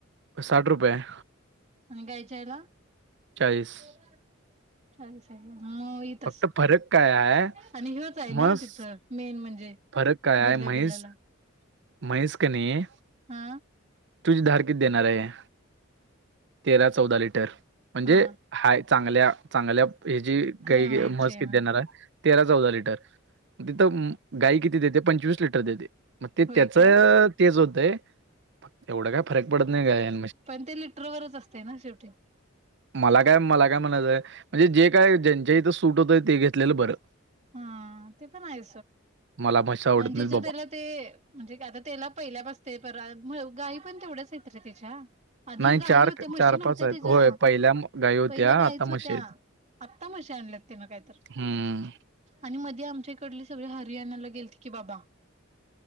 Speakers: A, on the right; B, on the right.
A: साठ रुपये आहे.
B: आणि गाईच्या ह्याला
A: चाळीस
B: <unintelligible> तस
A: फक्त फरक काय
B: आणि ह्योच आहे
A: म्हस
B: ना तिथं मेन म्हणजे
A: फरक काय
B: बिल्ल
A: आहे म्हैस
B: बिल्लाला
A: म्हैस कीनई
B: हा
A: तुझी धार आहे तेरा चौदा लिटर म्हणजे
B: हा
A: हाय चांगल्या चांगल्या हेची <unintelligible>
B: हा याचे
A: म्हस किती
B: ह
A: देणार आहे. तेरा चौदा लिटर तिथं गाई किती देते पंचवीस लिटर देते. मग ते
B: होय
A: त्याच
B: काय
A: तेच होतंय एवढं काय फरक पडत नाही ग
B: पण ते लिटरवरच असते ना शेवटी..
A: मला काय मला काय म्हणायचंय म्हणजे जे काय ज्यांच्या इथं सूट होतंय ते घेतलेलं बरं...
B: हा ते पण आहे..
A: मला म्हशी आवडत
B: आणि ज्याच्या
A: नाहीत बाबा
B: त्याला ते म्हणजे आता त्याला पहिल्यापासते पर गा.. पण तेवढंच येत रे तिच्या... आधी
A: नाही
B: गाई
A: चार
B: होत्या म्हशी
A: चार
B: नव्हत्या
A: पाच आहेत
B: त्याच्या
A: होय पहिल्या गाई होत्या
B: पहिल्या गाईच
A: आता म्हशी
B: होत्या.
A: आहेत.
B: आत्ता म्हशी आणल्यात तीन ना कायतर...
A: हम्म
B: आणि मध्ये आमच्याकडले सगळे हरियाणाला गेलेते की बाबा.